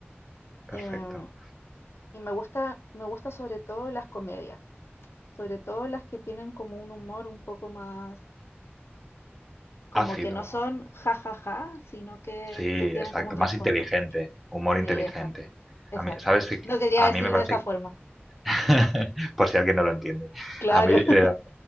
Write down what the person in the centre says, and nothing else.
Perfecto.
Ácido,
sí,
exacto.
Más inteligente, humor inteligente.
A mí, ¿sabes? Sí que-
A
mí me parece,
<laughs> por si alguien no lo entiende,
a mí
eh,